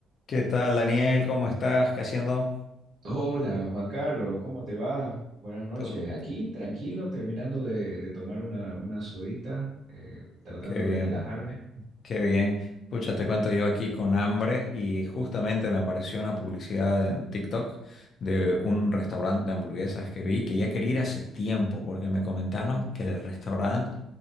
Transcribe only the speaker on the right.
Hola, Juan Carlos, ¿cómo te va? Buenas noches.
Aquí, tranquilo, terminando de, de tomar una, una sodita, eh, tratando
de relajarme.